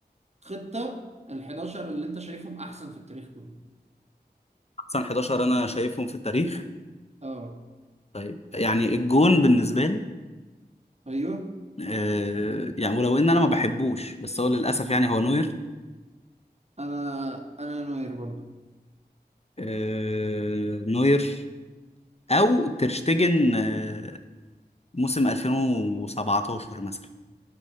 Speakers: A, on the right; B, on the left.
A: خطه ال 11 اللي انت شايفهم احسن في التاريخ كله
B: احسن 11 انا شايفهم في التاريخ
A: اه
B: طيب يعني الجون بالنسبة لي
A: ايوه
B: آه يعني ولو ان انا ما بحبوش بس هو للاسف يعني هو نوير
A: انا انا نوير برضو
B: آه نوير او ترشتجن آه موسم 2017 مثلا